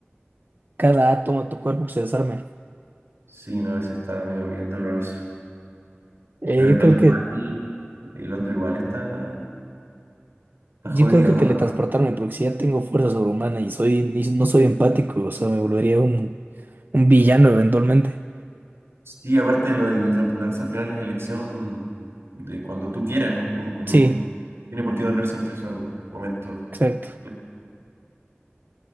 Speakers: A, on the right (about 50°); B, on the right (about 85°).
A: cada átomo de tu cuerpo que se desarme.
B: sí, no, ese está medio bien doloroso.
A: Eh,
B: Pero
A: yo
B: el
A: creo
B: otro
A: que
B: igual, el otro igual está, está
A: Yo
B: jodido.
A: creo que teletransportarme, porque si ya tengo fuerza sobrehumana y soy, ni- no soy empático, o sea, me volvería un, un villano eventualmente.
B: Sí, aparte de lo de- del reemplazo, al final es elección de cuando tú quieras, ¿no? Como que no
A: Sí,
B: tiene por qué doler siempre, son momentos.
A: exacto.
B: clave.